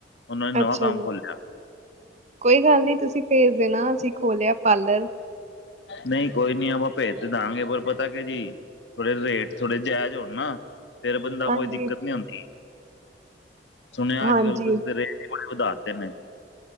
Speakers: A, on the left (about 80°); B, on the right (about 40°).
A: ਉਹਨਾਂ ਨੇ ਨਵਾਂ
B: ਅੱਛਾ
A: ਕੰਮ
B: ਜੀ।
A: ਖੋਲਿਆ
B: ਕੋਈ ਗੱਲ ਨੀ ਤੁਸੀਂ ਭੇਜ ਦੇਣਾ, ਅਸੀਂ ਖੋਲਿਆ ਪਾਰਲਰ।
A: ਨਹੀਂ ਕੋਈ ਨੀ ਆਪਾ ਭੇਜ ਤੇ ਦਵਾਂਗੇ ਪਰ ਪਤਾ ਕਿ ਜੀ। ਥੋੜੇ ਰੇਟ ਥੋੜੇ ਜਾਇਜ਼ ਹੋਣ ਨਾ ਫਿਰ ਬੰਦਾ
B: ਹਾਂਜੀ
A: ਕੋਈ ਦਿੱਕਤ ਨੀ ਆਉਦੀ। ਸੁਣਿਆ
B: ਹਾਂਜੀ
A: ਅੱਜ ਕੱਲ ਤੁਸੀਂ ਤੇ ਰੇਟ ਬੜੇ ਵਧਾ ਦਿੱਤੇ ਨੇ।